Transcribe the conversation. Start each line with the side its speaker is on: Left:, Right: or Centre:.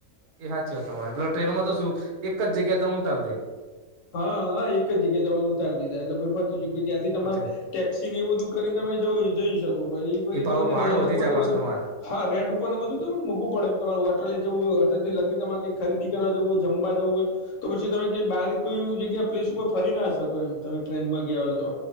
Right: એ સાચી વાત, તમારે પેલા ટ્રેનમાં તો શું એક જ જગ્યા તો ઉતાર દે?
Left: હા હા, એક જગ્યાએ તમાને ઉતારી દીધા એટલે પછી ત્યાંથી તમારે
Right: પતે
Left: ટેક્સી ને એવું બધું કરીને તમે જઈ શકો છો, એ પછી
Right: પાહુ
Left: તને
Right: ભાડું
Left: રેન્ટ
Right: વધી
Left: ઉપર
Right: જાય
Left: ને
Right: પાછું
Left: બધું.
Right: તમારે
Left: હા, રેન્ટ ઉપર ને બધું તમારે મોઘું પડે એમ, તમારે હોટલે જવું હોય, હોટલથી લગી તમારે કંઈ ખરીદી કરવા જવું હોય, જમવા જવું હોય. તો પછી તમે કંઈ બારીક કોઈ એવી જગ્યા, પ્લેસ ઉપર ફરી ના શકો એમ? તમે ટ્રેનમાં ગયા હોય તો